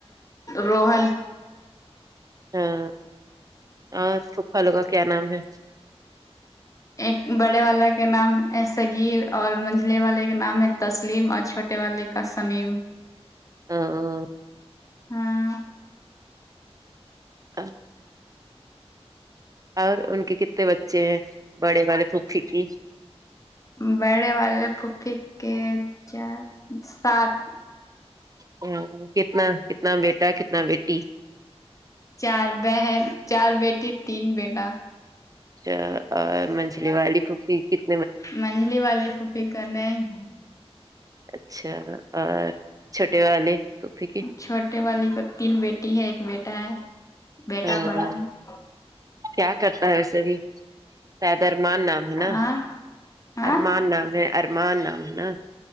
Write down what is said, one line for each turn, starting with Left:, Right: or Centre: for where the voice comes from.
Left: روہن
Right: ہاں اور پھوپھا لوگ کا کیا نام ہے
Left: ایک بڑے والا کے نام ہے دستگیر اور منجلے والے کے نام ہے تسلیم اور چھوٹے والے کا سمیم
Right: <unintelligible>
Left: ہاں
Right: <inaudible> اور ان کے کتنے بچے ہیں بڑے والے پھوپھی کی
Left: بڑے والے پھوپھی کے چار سات
Right: ہمم کتنا کتنا بیٹا کتنا بیٹی
Left: چار بہن چار بیٹی تین بیٹا
Right: اچھا اور منجھلے والی پھوپی کتنی
Left: منجھلی والی پھوپی کا نہیں ہے
Right: اچھا اور چھوٹے والے پھوپی کے
Left: چھوٹے والی کو تین بیٹی ہے ایک بیٹا ہے بیٹا
Right: ہاں،
Left: بڑا ہے
Right: کیا کرتا ہے ویسے بھی شاید ارمان نام ہے نا
Left: ہاں ہاں
Right: ارمان نام ہے ارمان نام ہے نا